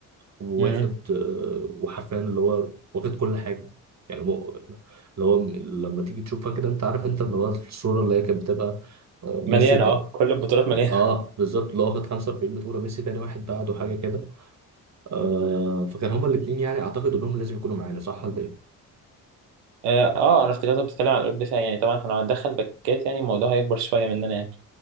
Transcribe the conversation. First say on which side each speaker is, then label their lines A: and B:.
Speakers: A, on the right; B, on the right.
A: واخد
B: مم.
A: آه، وحرفيا اللي هو واخد كل حاجة يعني هو اللي هو م- لما تيجي تشوفها كده انت عارف انت اللي هو الصورة اللي هي كانت بتبقى آه، ميسي
B: مليانة
A: تاني
B: اه كل البطولات مليانة
A: اه بالظبط اللي هو واخد 45 بطولة ميسي تاني واحد بعده حاجة كده آه فكان هما الاتنين يعني اعتقد انهم لازم يكونوا معانا صح ولا ايه؟
B: <laughs> اه آه، انا افتكرتك بتتكلم عن قلوب دفاع يعني طبعا احنا لو هندخل باكات يعني الموضوع هيكبر شوية مننا يعني